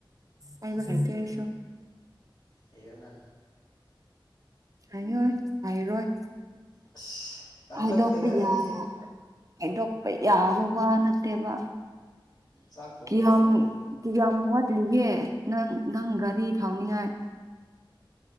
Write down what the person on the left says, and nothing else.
ꯑꯩꯒꯤ
ꯀꯔꯤ ꯍꯩꯌꯣꯅ
ꯑꯁ ꯇꯜꯂꯛꯈ꯭ꯔꯦꯗ
ꯑꯩꯁꯦ
ꯆꯥꯛ ꯊꯣꯡꯈ꯭ꯔꯕꯣ